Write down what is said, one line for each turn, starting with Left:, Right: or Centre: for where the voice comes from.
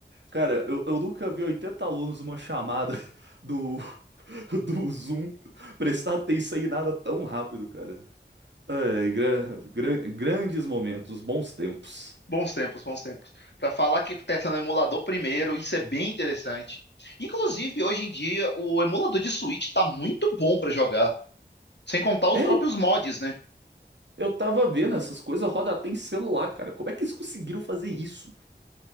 Right: Cara, eu, eu nunca vi 80 alunos uma chamada <laughs> do, do Zoom prestar atenção em nada tão rápido, cara. Ai, gra- gran- grandes momentos, bons tempos.
Left: Bons tempos, bons tempos. Para falar que testa no emulador primeiro, isso é bem interessante. Inclusive, hoje em dia, o emulador de Switch tá muito bom para jogar. Sem contar os
Right: É,
Left: próprios
Right: eu,
Left: mods, né?
Right: eu tava vendo essas coisas roda até em celular, cara. Como é que eles conseguiram fazer isso?